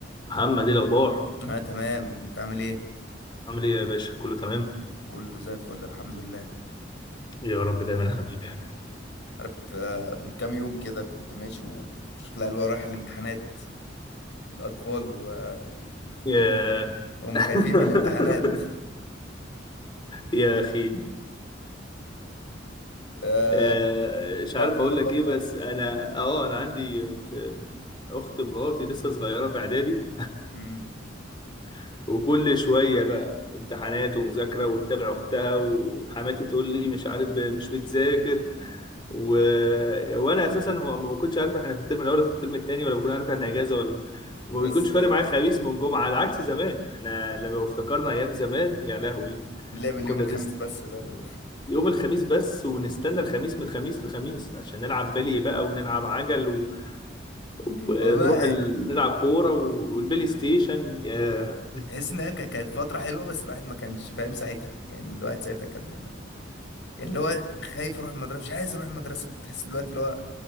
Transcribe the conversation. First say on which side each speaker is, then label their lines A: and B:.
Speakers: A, on the left (about 25°); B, on the left (about 75°).
A: محمد ايه الاخبار
B: اه تمام انت عامل ايه
A: عامل ايه يا باشا كله تمام
B: كله زي الفل الحمد لله
A: يا رب دايما يا حبيبي
B: عارف آه، من كام يوم كده كنت ماشي وشفت العيال رايحه الامتحانات الاطفال و-
A: يا
B: وهم
A: <laughs>
B: خايفين من الامتحانات
A: يا اخي
B: <laughs> آه،
A: آه، مش
B: فكرت
A: عارف اقول
B: كده فتره
A: لك ايه بس
B: عارف
A: انا اه انا عندي اخت مراتي لسه صغيره في اعدادي
B: مم،
A: <laughs> وكل شويه بقى امتحانات ومذاكره وتتابع اختها وحماتي تقول لي مش عارف مش بتذاكر و... وانا اساسا ما ما بكونش عارف احنا في الترم الاول ولا في الترم الثاني ولا بكون عارف احنا اجازه ولا وما
B: بس
A: بيكونش فارق
B: آه،
A: معايا خميس من جمعه على عكس زمان احنا لما افتكرنا ايام زمان يا لهوي
B: اللعب اليوم
A: كنا
B: الخميس
A: بنست...
B: بس ده و...
A: يوم الخميس بس ونستنى
B: <laughs>
A: الخميس من الخميس للخميس عشان نلعب بلي بقى ونلعب عجل و... ونروح
B: والله
A: ال... نلعب كوره و... والبلاي ستيشن يا
B: تحس ان هي ك- كانت فتره حلوه بس الواحد ما كانش فاهم ساعتها يعني الواحد ساعتها كان يعني اللي هو خايف يروح المدرسه مش عايز يروح المدرسه تحس ان دلوقتي اللي هو